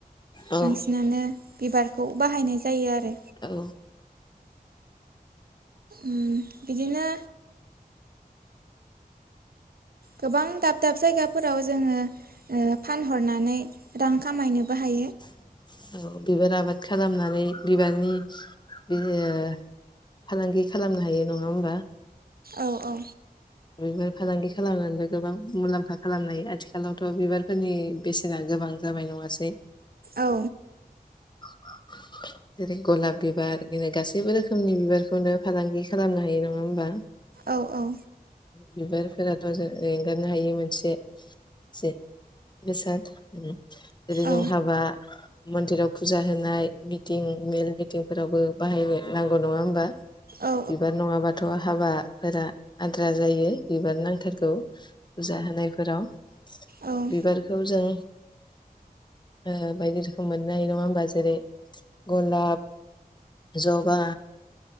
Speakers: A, on the left (about 30°); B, on the right (about 75°).
A: औ
B: बांसिनानो बिबार खौ बाहायनाय जायो आरो
A: औ।
B: उम बिदिनो गोबां दाब-दाब जायगाफोराव जोङो ओ फानहरनानै रां खामायनोबो हायो।
A: <inaudible> औ बिबार आबाद खालामनानै बिबारनि बि ओ फालांगि खालामनो हायो नङा होमबा?
B: औ औ
A: बिबार फालांगि खालामनानैबो गोबां मुलाम्फा खालामनाय आथिखालावथ बिबारफोरनि बेसेना गोबां जाबाय नङासै?
B: औ।
A: <inaudible> जेरै गलाब बिबार बिनो गासैबो रोखोमनि बिबारखौनो फालांगि खालामनो हायो नङा होमबा?
B: औ औ
A: बिबारफोराथ जों एंगारनो हायो मोनसे जे बेसाद जेरै जों
B: औ
A: हाबा मन्दिराव फुजा होनाय मिटिं मेल मिथिंफोरावबो बाहायनो नांगौ नङा होमबा?
B: औ
A: बिबार नङाबाथ हाबाफोरा आद्रा जायो बिबार नांथारगौ। फुजा होनायफोराव
B: औ
A: बिबारखौ जों ओ बायदि रोखोम मोनो हायो नङा होमबा जेरै- गलाब, जबा,